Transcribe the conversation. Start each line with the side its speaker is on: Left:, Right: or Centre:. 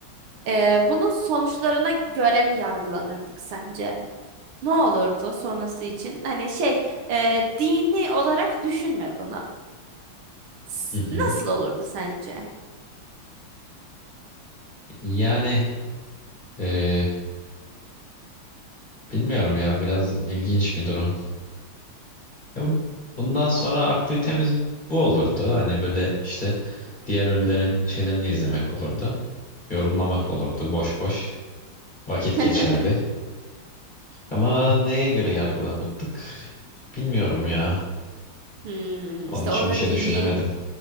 Right: Ee, bunun sonuçlarına göre mi yargılanırdık sence? Ne olurdu sonrası için? Hani şey, e, dini olarak düşünme bunu. S-
Left: Hı hı.
Right: Nasıl olurdu sence?
Left: Yani e, bilmiyorum ya biraz ilginç bir durum. Ya Bundan sonra aktivitemiz bu olurdu. Hani böyle işte diğer ünlülerin şeylerini izlemek olurdu. Yorumlamak
Right: Hı hı.
Left: olurdu. Boş boş vakit
Right: <laughs>
Left: geçerdi. Ama neye göre yargılanırdık? Bilmiyorum ya.
Right: Hmm,
Left: Onun
Right: işte
Left: için
Right: orada
Left: bir şey
Right: dini,
Left: düşünemedim.